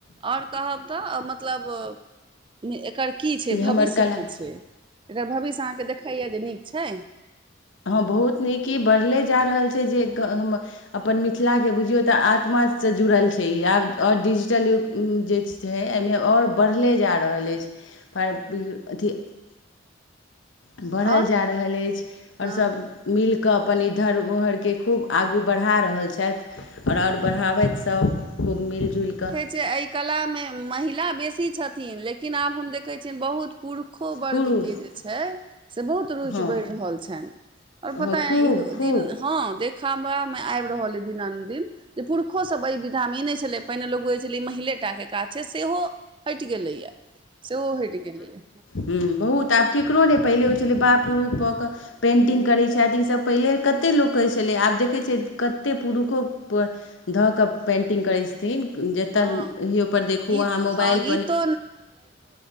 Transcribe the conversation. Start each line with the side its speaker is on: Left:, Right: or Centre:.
Right: आओर कहब तऽ मतलब एकर की छै
Left: जे हमर
Right: भविष्य
Left: कला
Right: की छै एकर भविष्य अहाँके देखैया जे नीक छै
Left: हँ बहुत नीक ई बढ़ले जा रहल छै जे हम अपन मिथिलाके बुझियौ तऽ आत्मासँ जुड़ल छै ई आब आओर डिजिटल युग जे छै एहिमे आओर बढ़ले जा रहल अछि पर अथी बढ़ल
Right: आओर
Left: जा रहल अछि आओर
Right: हँ
Left: सभ मिलकऽ अपन ई धरमोहरके खूब आगू बढ़ा रहल छैथ आओर आओर बढ़ाबथि सब खूब मिलजुलिकऽ
Right: जे एहि कलामे महिला बेसी छथिन लेकिन आब हम देखै छियअनि बहुत पुरुष खोहवर्गके
Left: पुरुष
Right: जे छै से बहुत रुचि
Left: हँ
Right: बढ़ि रहल छनिह आओर पता
Left: हँ खूब
Right: ईहो
Left: खूब
Right: दिन हँ देखामा में आबि रहल दिनदिन जे पुरषो सब अ दामी नहि छलै पहिने लोकुै छलै ई महिले टाके काज छै सेहो हटि गेलैए से ओ हेठ गेल ल
Left: ह बहुत आब केकरो नहि पहिले होइ छलै बाप रुफ कऽ कऽ पेन्टिंग
Right: हँ
Left: करै छथि ईसभ पहिले कतेक लोक कहैत छलै आब देखैत छियै कतेको पुरुषो धऽ कऽ पेन्टिंग करै छी ज
Right: हँ
Left: तो अहा के
Right: गीत
Left: मोबाइल
Right: हँ गीतो